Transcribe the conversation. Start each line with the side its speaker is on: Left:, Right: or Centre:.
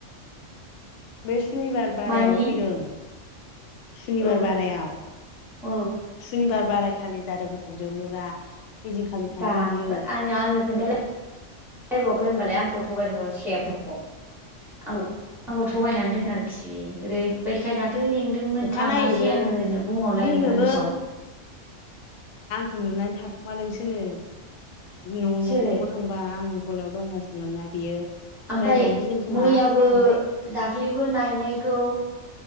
Left: बे सुनिबार बारायाव
Centre: मानि
Left: फैदों। सुनिबार
Centre: औ
Left: बारायाव
Centre: औ
Left: सुनिबार। बाराय खालि जादोंमोन जोलुरा। ओइदिनखालि थांदों
Centre: बा
Left: बियो
Centre: आं आंनो खोनथालायबावाखै होनबालाय आंखौ थगायदों र' सेब आं आंखौ थगायनानै दोनो आरोखि बे ओरैबायदि। दाख्लै लिंदोंमोन
Left: अखानायैबो
Centre: थाङासै आङो होननो बुंहरलाय
Left: जोंनोबो
Centre: आंनि सिगाङाव।
Left: खु नुनानै थाखुमादोंसोनो न'
Centre: सोरो
Left: न'आव थांबा आं गलायाव दंगासिनो मोनना बियो।
Centre: ओमफ्राय
Left: रायजानो गिदों खोमा
Centre: मैयाबो
Left: ओमफाय
Centre: दाख्लैबो नायनायखौ